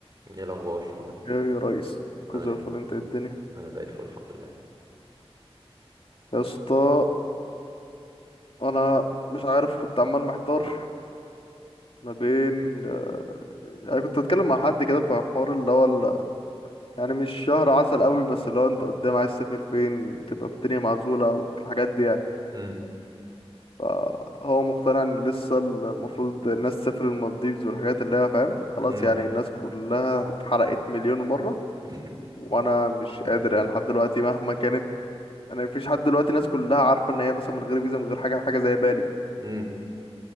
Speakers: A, on the right; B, on the left.
A: ايه الاخبار
B: ايه يا ريس كوز
A: عامل
B: الفل
A: ايه
B: انت إيه الدنيا
A: انا زي الفل الحمد لله
B: يا اسطى انا مش عارف كنت عمال محتار ما بين آه، يعني كنت بتكلم مع حد كده في حوار اللي هو ال- يعني مش شهر عسل قوي بس اللي هو انت قدام عايز تسافر فين تبقى في الدنيا معزولة والحاجات دي يعني
A: امم
B: فهو مقتنع ان لسه ال- المفروض الناس تسافر المالديفز والحاجات اللي هي فاهم خلاص
A: امم
B: يعني الناس كلها اتحرقت مليون مرة
A: <laughs>
B: وانا مش قادر يعني لحد دلوقتي مهما كانت انا مفيش حد دلوقتي الناس كلها عارفه ان هي مثلا من غير فيزا من غير حاجه حاجه زي بالي
A: امم